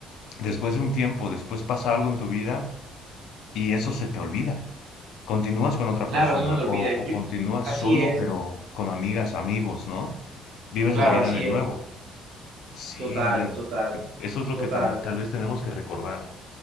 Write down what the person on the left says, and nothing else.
después de un tiempo, después pasa algo en tu vida y eso se te olvida. Continúas con otra
persona
o, o
continúas
solo
pero con amigas, amigos, ¿no? Vives
la vida
de
nuevo. Sí,
Leo.
Eso es lo
que tam- tal vez tenemos que recordar.